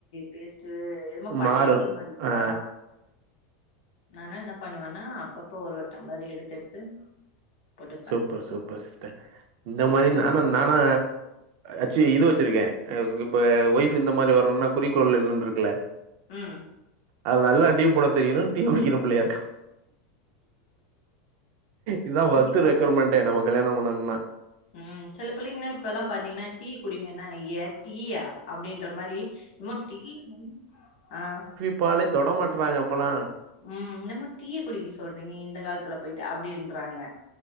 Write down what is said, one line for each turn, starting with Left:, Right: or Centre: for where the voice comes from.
Left: டேஸ்ட்டு எதுமோ பழைய
Right: மாறும்
Left: டீ மாரி இருக்கா
Right: ஆ
Left: நானா என்ன பண்ணுவனா அப்பப்ப ஒரு ஒரு டம்ளர் எடுத்து எடுத்து போட்டுப்பேன்
Right: சூப்பர் சூப்பர் சிஸ்டர் இந்த மாரி
Left: ஒன்-
Right: நானா நானா அச்சி இது வச்சிருக்கே இப்ப ஒய்ஃப் இந்த மாரி வரணுனா குறிக்கோள் இன்னன் இருக்குல
Left: ம்
Right: அது நல்லா டீ போட தெரியனு டீ குடிக்கிற புள்ளயா இருக்கனு இதா ஃபர்ஸ்ட்டு
Left: கண்டிப்பா
Right: ரெக்குவர்மெண்டே நம்ம கல்யாணம் பண்ணணுனா
Left: ம் சில பிள்ளைங்கல்லா இப்பல்லா பாத்தீங்கன்னா டீ குடிங்கன்னா ஐய டீயா அப்டின்ற மாரி என்னமோ டீ <inaudible> ஆ
Right: ப்பாலே தொட மாட்றாங்க இப்பல்லா
Left: ம் என்னமா டீய குடிக்க சொல்றீங்க இந்த காலத்துல போயிட்டு அப்டின்றாங்க